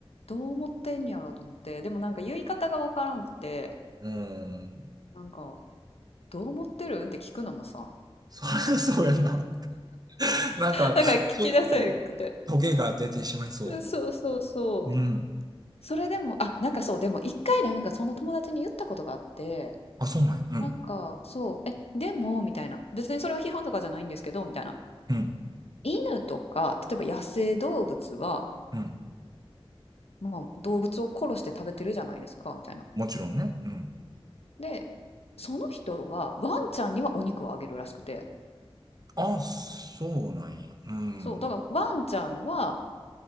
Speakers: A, on the left; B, on the right.
A: どう思ってんやろうと思って。でもなんか言い方がわからんくて、
B: うん。
A: なんか、どう思ってるんって聞くのもさ、
B: そりゃそうやな。<laughs> なんか、
A: なんか聞き出せへんくて。
B: ちょっと、トゲが出てしまいそ
A: うんそうそうそう。
B: う。うん。
A: それでも、あ、なんかそう、でも一回なんかその友達に言ったことがあって、
B: あ、そうなんや。うん。
A: なんか、そう、え、でも、みたいな。別にそれは批判とかじゃないんですけど、みたいな。
B: うん。
A: 犬とか、例えば野生動物は、
B: うん。
A: まあ、動物を殺して食べてるじゃないですか、みたいな。
B: もちろんね。うん。
A: で、その人はワンちゃんにはお肉をあげるらしくて、
B: あ、そうなんや。うん。
A: そう、だからワンちゃんは、